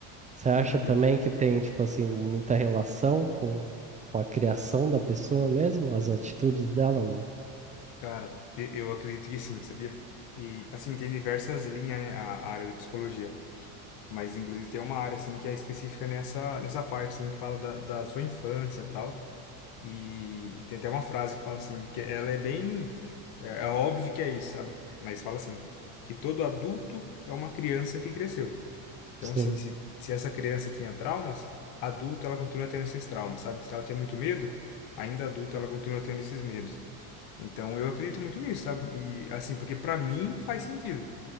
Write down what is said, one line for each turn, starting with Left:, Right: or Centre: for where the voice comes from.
Right: Você acha
Left: uhum.
Right: também que tem, tipo assim, muita relação com, com a criação da pessoa mesmo, as atitudes dela, mano?
Left: Cara, e- eu acredito que sim, sabia? E, assim, tem diversas linhas, né, a, a área de psicologia. Mas, inclusive, tem uma área, assim, que é específica nessa, nessa parte, assim, que fala da, da sua infância e tal. E tem até uma frase que fala assim, que ela é bem, tipo, é, é óbvio que é isso, sabe? Mas fala assim, que todo adulto é uma criança que cresceu. Então,
Right: Sim,
Left: assim, se, se essa criança tinha traumas, adulta ela continua tendo esses traumas, sabe? Se ela tinha muito medo, ainda adulta ela continua tendo esses medos. Então, eu acredito muito nisso, sabe? E, assim, porque pra mim faz sentido.